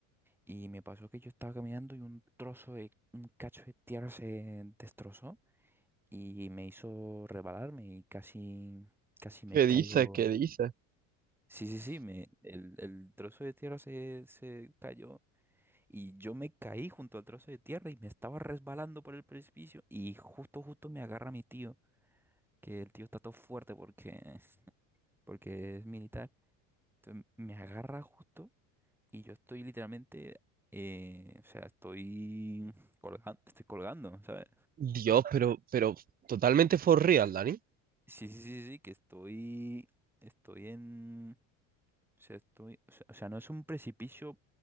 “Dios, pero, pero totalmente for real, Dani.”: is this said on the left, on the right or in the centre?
Right